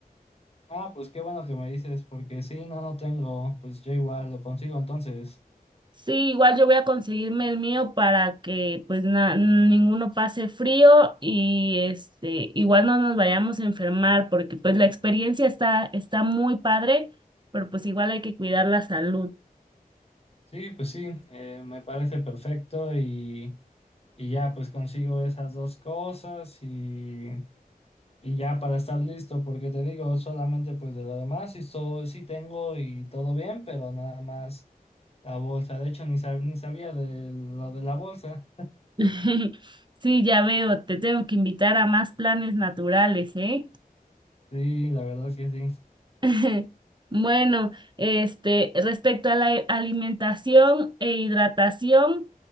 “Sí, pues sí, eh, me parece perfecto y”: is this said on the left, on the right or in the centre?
Left